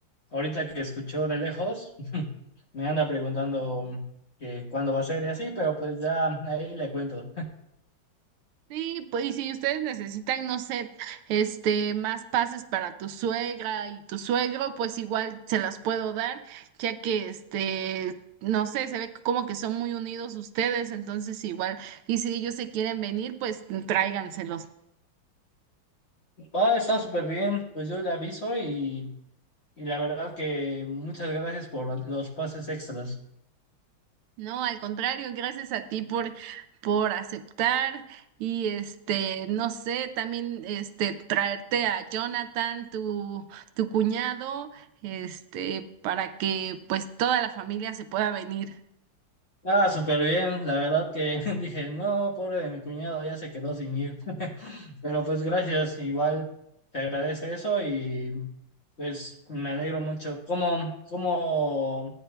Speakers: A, on the left; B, on the right.
A: ahorita que escuchó de lejos, <laughs> me anda preguntando mm, que cuándo va a ser y así, pero pues ya ahí le cuento.
B: Sí, pues, y si ustedes necesitan, no sé, este, más pases para tu suegra y tu suegro, pues igual se las puedo dar, ya que este, no sé, se ve como que son muy unidos ustedes, entonces igual, y si ellos se quieren venir, pues tráiganselos.
A: Va, está súper bien, pues yo le aviso y, y la verdad que muchas gracias por los pases extras.
B: No, al contrario, gracias a ti por, por aceptar y este, no sé, también este, traerte a Jonathan, tu, tu cuñado, este, para que pues toda la familia se pueda venir.
A: Ah, súper bien. La verdad que <laughs> dije, no, pobre de mi cuñado, ya se quedó sin ir. <laughs> Pero pues gracias, igual te agradece eso y pues me alegro mucho. ¿Cómo, cómo,